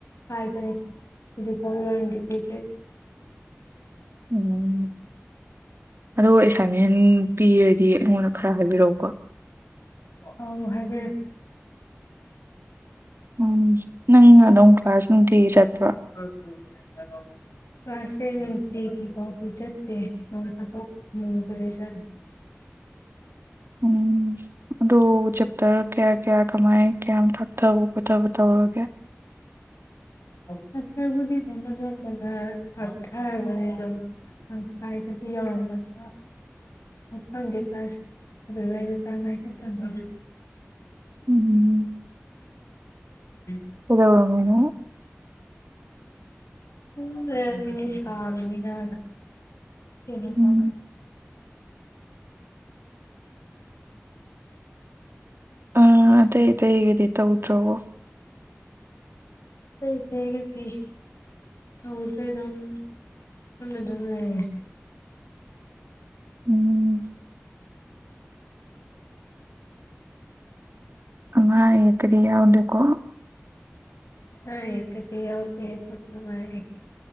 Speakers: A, on the left; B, on the right.
A: ꯍꯥꯏꯕꯅꯦ ꯍꯧꯖꯤꯛꯐꯥꯎꯒꯤ ꯑꯣꯏꯅꯗꯤ ꯄꯤꯗ꯭ꯔꯤ
B: ꯎꯝ ꯑꯗꯣ ꯑꯦꯁꯥꯏꯟꯃꯦꯟ ꯄꯤꯔꯗꯤ ꯑꯩꯉꯣꯟꯗ ꯈꯔ ꯍꯥꯏꯕꯤꯔꯛꯎꯀꯣ
A: ꯑꯧ ꯍꯥꯏꯕꯤꯔꯛ
B: ꯎꯝ ꯅꯪ ꯑꯗꯣꯝ ꯀ꯭ꯂꯥꯁ ꯅꯨꯡꯇꯤꯒꯤ ꯆꯠꯄ꯭ꯔꯣ
A: <unintelligible> ꯀ꯭ꯂꯥꯁ ꯁꯦ ꯅꯨꯡꯇꯤꯒꯤ ꯄꯥꯎꯇꯤ ꯆꯠꯇꯦ ꯅꯣꯡ ꯐꯥꯗꯣꯛ ꯑꯃꯨꯃꯨꯛ ꯀꯗꯤ ꯆꯠꯂꯦ
B: ꯎꯝ ꯑꯗꯣ ꯆꯦꯞꯇꯔ ꯀꯌꯥ ꯀꯌꯥ ꯀꯃꯥꯏꯟ ꯀꯌꯥꯝ ꯇꯥꯛꯊꯕ ꯈꯣꯠꯊꯕ ꯇꯧꯔꯒꯦ
A: ꯆꯦꯞꯇꯔꯕꯨꯗꯤ ꯑꯗꯨꯝ ꯑꯅꯝꯕꯅ ꯇꯥꯛꯊꯔꯕꯅꯦ ꯑꯗꯨꯝ ꯇꯪꯈꯥꯏꯗꯗꯤ ꯌꯧꯔꯝꯒꯗ꯭ꯔꯥ ꯃꯐꯪꯗꯤ ꯀ꯭ꯂꯥꯁ ꯑꯗꯨꯗ ꯑꯩꯖꯨ ꯆꯥꯡ ꯉꯥꯏ ꯆꯠꯇꯕ
B: ꯎꯝ
A: <unintelligible>
B: ꯀꯩꯗꯧꯔꯝꯃꯤꯅꯣ
A: ꯎꯝ ꯂꯩꯔꯝꯃꯤꯅꯤ ꯁꯥꯕꯅꯤꯅ ꯑꯅ ꯀꯦꯅꯣꯝꯃꯒ
B: ꯎꯝ ꯑ ꯑꯇꯩ ꯑꯇꯩꯒꯗꯤ ꯇꯧꯗ꯭ꯔꯕꯣ
A: ꯑꯇꯩ ꯑꯇꯩꯒꯗꯤ ꯇꯧꯗ꯭ꯔꯦ ꯑꯗꯨꯝ ꯌꯨꯝꯗ ꯑꯗꯨꯝ ꯂꯩꯔꯦ
B: ꯎꯝ ꯑꯪꯉꯥ ꯑꯌꯦꯛꯀꯗꯤ ꯌꯥꯎꯗꯦꯀꯣ
A: ꯑꯅꯥ ꯑꯌꯦꯛꯀꯗꯤ ꯌꯥꯎꯗꯦ ꯑꯗꯨꯝ ꯅꯨꯡꯉꯥꯏꯔꯤ